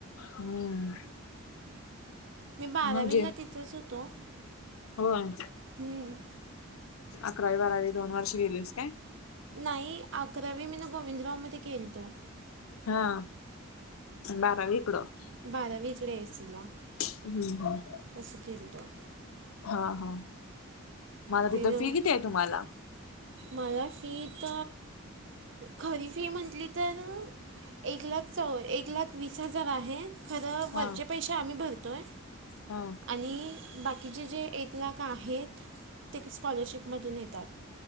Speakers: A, on the left; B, on the right.
A: हम्म.
B: मी बारावीला
A: म्हणजे
B: तिथेच होतो,
A: होय
B: हम्.
A: अकरावी बारावी दोन वर्ष गेलीस काय?
B: नाही अकरावी मिन गोविंदराव मध्ये केलतो.
A: हां, अन बारावी इकडं?
B: बारावी इकडे ए ए सी ला.
A: हम्म हम.
B: तस केलतो.
A: हा हा, मग आता
B: ते
A: तिथं फी किती आहे तुम्हाला?
B: मला फी इथ खरी फी म्हटली तर एक लाख चौ एक लाख वीस हजार आहे खरं
A: हा
B: वरचे पैसे आम्ही भरतोय
A: हा
B: आणि बाकीचे जे एक लाख आहेत ते स्कॉलरशिपमधून येतात.